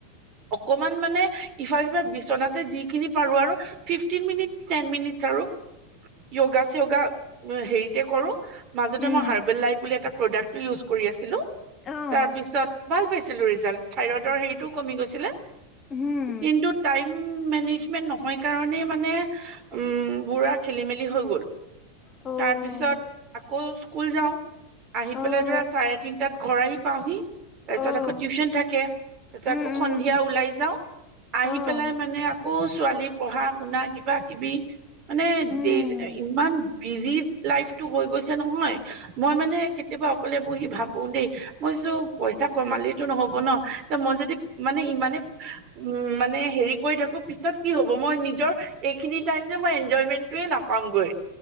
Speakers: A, on the right; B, on the left.
A: অকমান মানে ইফালিফ বিচনাতে যিখিনি পাৰো আৰু ফিফট মিনিট টেন মিনিট আৰু য়োগা চিয়গা হেৰিতে কৰো মাজতে
B: উম
A: মই হাৰ্বেল লাইফ বুলি এটা প্ৰডাক্টটো ইউজ কৰি আছিলো
B: অহ
A: তাৰপিছত ভাল পাইছিলো ৰিজাল্ট থাইৰইডৰ হেৰিটোও কমি গৈছিলে।
B: হুম
A: কিন্তু টাইম মেনেজমেন্ট নহয় কাৰণে মানে উম, বুঢ়া খেলি মেলি হৈ গ'ল।
B: <inaudible> অ'
A: তাৰপিছত আকৌ স্কুল যাও। আহি পেলাই
B: অ'
A: ধৰা চাৰে তিনটাত ঘৰ আহি পাওহি তাৰ পিছত
B: অ'
A: আকৌ টিউশচন থাকে তাৰ পিছত
B: উম
A: আকৌ
B: উম
A: সন্ধিয়া ওলাই যাও। আহি
B: অ'
A: পেলাই মানে আকৌ ছোৱালী পঢ়া শুনা কিবা কিবি মানে
B: উম
A: দে ইমান বিজি লাইফটো হৈ গৈছে নহয় মই মানে কেতিয়াবা অকলে বহি ভাবো দেই মই পইটা কমালটো নহব ন এ মই যদি মানে ইমানে উম, মানে হেৰি কৰি থাকো পিছত কি হ'ব মই নিজৰ এইখিনি টাইম যে মই এনজয়মেন্টয়ে নাপামগৈ।